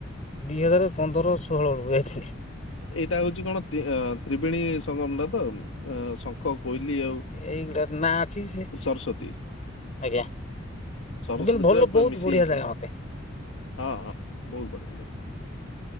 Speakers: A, on the left; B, on the left.
A: ଦି ହଜାର ପନ୍ଦର ଷୋହଳ ବେଳକୁ ଯାଇଥିନି।
B: ଏଇଟା ହୋଉଚି କଣ ତ୍ରି-ତ୍ରିବେଣୀ ସଂଙ୍ଗମଟା ତ ଶଙ୍ଖ କୋଇଲି ଆଉ
A: ଏଇଗୁଡା ନା <unintelligible>
B: ସରସ୍ଵତୀ
A: ଆଜ୍ଞା
B: ସରସ୍ଵତୀ
A: ମୁଁ କହିଲ ଭଲ
B: ଟା
A: ବୋହୁତ
B: ମିଶି
A: ବଢିଆ
B: ଯାଇଛନ୍ତି
A: ଜାଗା ମତେ।
B: ହଁ ଅ ବୋହୁତ ବଢିଆ ଜାଗା।